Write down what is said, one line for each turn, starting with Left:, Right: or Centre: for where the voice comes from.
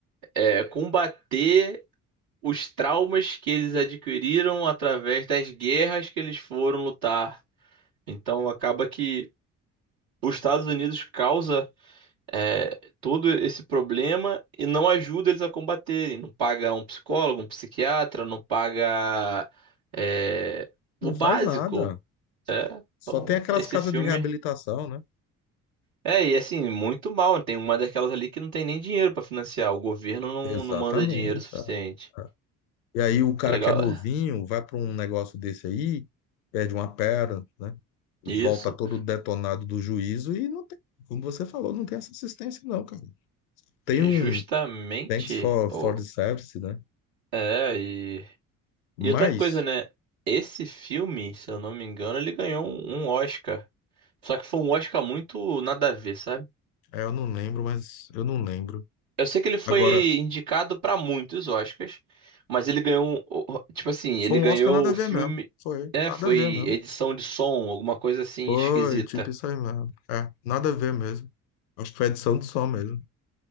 Right: é, combater os traumas que eles adquiriram através das guerras que eles foram lutar. Então acaba que os Estados Unidos causa é, todo esse problema e não ajuda eles a combaterem. Não paga um psicólogo, um psiquiatra, não paga é,
Left: Não
Right: o básico.
Left: faz nada.
Right: É,
Left: Só
Right: então,
Left: tem aquelas
Right: esse
Left: casas
Right: filme.
Left: de reabilitação, né?
Right: É, e assim, muito mal. né? Tem uma daquelas ali que não tem nem dinheiro pra financiar. O governo não,
Left: Exatamente.
Right: não manda dinheiro suficiente.
Left: ah. ah. E aí o cara
Right: Legal.
Left: que é novinho
Right: é
Left: vai para um negócio desse aí, perde uma perna, né? Volta
Right: Isso.
Left: todo detonado do juízo e não tem, como você falou, não tem essa assistência, não, cara. Tem
Right: E
Left: um
Right: Justamente.
Left: thanks for,
Right: o
Left: for the service, né?
Right: é, e.
Left: Mas,
Right: E outra coisa, né? Esse filme, se eu não me engano, ele ganhou um um Oscar. Só que foi um Oscar muito nada a ver, sabe?
Left: é, eu não lembro, mas eu não lembro.
Right: Eu sei que ele foi
Left: Agora,
Right: indicado pra muitos Oscars, mas ele ganhou, um- tipo assim, ele
Left: foi um
Right: ganhou
Left: Oscar nada
Right: o
Left: a ver
Right: filme,
Left: mesmo. Foi,
Right: é,
Left: nada
Right: foi
Left: a ver mesmo.
Right: edição de som, alguma coisa assim
Left: Foi,
Right: esquisita.
Left: tipo isso aí mesmo. É, nada a ver mesmo. Acho que foi edição de som mesmo.